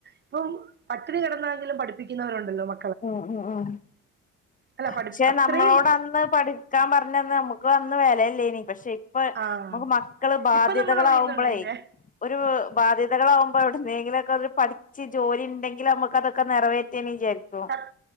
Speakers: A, on the right (about 35°); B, on the left (about 25°).
A: ഇപ്പം പട്ടിണി കിടന്നാെങ്കിലും പഠിപ്പിക്കുന്നവരുണ്ടല്ലോ മ
B: ആഹ് അഹ്
A: അല്ല പഠി
B: പക്ഷെ
A: അത്രയും
B: നമ്മളോട് അന്ന് പഠി ക്കാൻ പറഞ്ഞ അന്ന് നമുക്ക് അന്ന് വിലയില്ലേ ഇനി പക്ഷേ ഇപ്പ നമുക്ക്
A: ആഹ്
B: മക്കള് ബാധ്യതകളാവുമ്പോളേ
A: ഇപ്പൊ നമ്മൾ അറിയുന്നുണ്ടോ അതിന്റെ
B: ഒരു ബാധ്യതകളാകുമ്പോൾ എവിടുന്നെങ്കിലും ഒക്കെ അവര് പഠി ച്ച് ജോലി ഉണ്ടെങ്കിൽ നമുക്കതൊക്കെ നിറവേറ്റേന്ന് വിചാരിക്കും
A: സത്